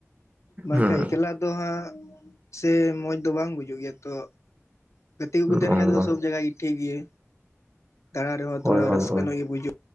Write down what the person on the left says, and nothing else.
ᱵᱟᱝ
ᱠᱷᱟᱱ ᱮᱠᱞᱟ ᱫᱚ ᱦᱟᱸᱜ ᱥᱮ ᱢᱚᱸᱡᱽ ᱫᱚ ᱵᱟᱝ ᱵᱩᱡᱩᱜ ᱜᱮᱭᱟ ᱛᱚ, ᱜᱟᱛᱮ ᱠᱚᱠᱚ ᱛᱟᱦᱮᱱ
ᱠᱷᱟᱡ ᱫᱚ
ᱥᱚᱵ ᱡᱟᱭᱟ ᱜᱮ ᱴᱷᱤᱠ ᱜᱮᱭᱟ ᱫᱟᱬᱟ ᱨᱮᱦᱚᱸ
ᱛᱷᱚᱲᱟ
ᱨᱟᱹᱥᱠᱟᱹ
ᱧᱚᱜ ᱜᱮ ᱵᱩᱡᱷᱩᱜᱼᱟ